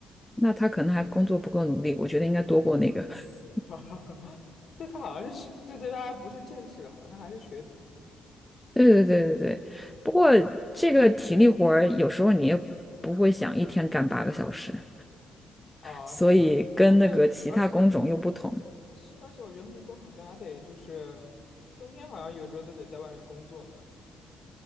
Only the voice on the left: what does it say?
<laughs> 对，她好像是学，对对，她还不是正式的，好像她还是学徒
啊。
对对，而且是的，而且我觉得木工好像还得就是冬天好像有时候都得在外面工作呢